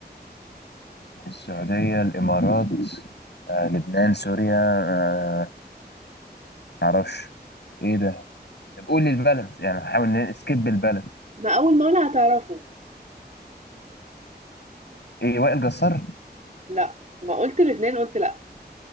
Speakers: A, on the left; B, on the right.
A: السعوديه الامارات آه لبنان سوريا آه، معرفش ايه ده طب قول لي البلد يعني حاول نسكيب البلد
B: ما أول ما أقولها هتعرفه
A: ايه وائل جسار
B: لا ما قلت لبنان قلت لا